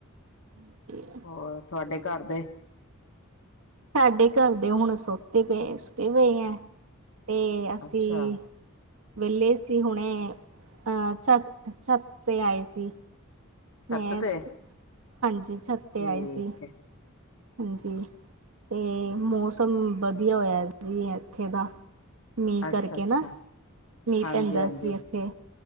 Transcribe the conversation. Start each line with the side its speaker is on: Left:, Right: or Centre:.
Right: <inaudible>
Left: ਹੋਰ ਤੁਹਾਡੇ ਘਰ ਦੇ?
Right: ਸਾਡੇ ਘਰ ਦੇ ਹੁਣ ਸੋਤੇ ਪਏ ਸੁਤੇ ਪਏ ਐ ਤੇ ਅਸੀਂ
Left: ਅੱਛਾ
Right: ਵੇਲੇ ਸੀ ਹੁਣੇ ਅ ਛੱਤ-ਛੱਤ ਤੇ ਆਏ ਸੀ।
Left: ਛੱਤ
Right: ਮੈਂ
Left: ਤੇ
Right: ਹਾਂਜੀ ਛੱਤ
Left: ਠੀਕ
Right: 'ਤੇ ਆਏ ਸੀ
Left: ਐ।
Right: ਹਾਂਜੀ ਤੇ ਮੌਸਮ ਵਧੀਆ ਹੋਇਆ ਜੀ ਐਥੇ ਦਾ। ਮੀਂਹ
Left: ਅੱਛਾ-ਅੱਛਾ,
Right: ਕਰਕੇ ਨਾ ਮੀਂਹ
Left: ਹਾਂਜੀ-ਹਾਂਜੀ,
Right: ਪੈਂਦਾ ਸੀ ਇੱਥੇ